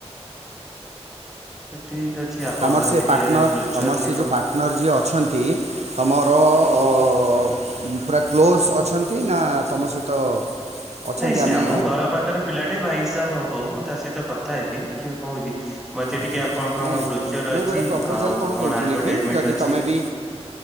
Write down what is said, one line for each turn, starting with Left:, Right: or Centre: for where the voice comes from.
Centre: ତ ଠିକ ଅଛି ଆପଣଙ୍କର
Right: ତମର ସେ
Centre: କିଛି
Right: ପାର୍ଟନର୍
Centre: ବ୍ରୋଚର୍
Right: ତମର
Centre: ଥିବ।
Right: ସେ ଯେଉ ପାର୍ଟନର୍ ଯିଏ ଅଛନ୍ତି ତମର-ଅ-ଅ-ଅ-ଅ-ଅ-ଅ-ଅ ପୁରା କ୍ଲୋଜ୍ ଅଛନ୍ତି ନା ତମ ସହିତ। ଅଛନ୍ତି
Centre: ନାଇଁ ସେ
Right: ଆମେ
Centre: ଆମ ଘର ପାଖରେ। ପିଲାଟେ ଭାଇ ହିସାବ ହବ ମୁଁ ତା ସହିତ କଥା ହେବି ଦେଖିବା କହୁଉଛି ମତେ
Right: ଆଚ୍ଛା
Centre: ଟିକେ ଆ କଣ କଣ
Right: ନାଇଁ
Centre: ବ୍ରୋଚର୍ ଅଛି,
Right: ମୁଁ ଗୋଟେ ପ୍ରପୋଜାଲ୍
Centre: ଆଉ କଣ
Right: ଦେଉଥିଲି
Centre: ଆଡଭାରଟାଇଜ୍
Right: କି
Centre: ମେଣ୍ଟ୍
Right: ଯଦି
Centre: ଅଛି।
Right: ତମେ ବି